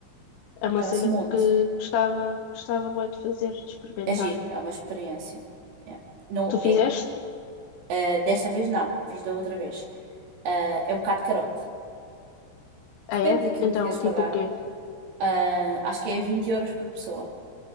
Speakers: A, on the left; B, on the right.
A: É uma
B: Chama-se
A: cena
B: Monte.
A: que gostava, gostava muito de fazer, de experimentar.
B: agir é uma experiência. É. Não
A: Tu fizeste?
B: é. ah, desta vez não, fiz da outra vez. Ah, é um bocado carote.
A: Ah,
B: Depende
A: é?
B: daquilo
A: Então,
B: que tu queres
A: tipo
B: pagar.
A: o quê?
B: Ah, acho que é 20 euros por pessoa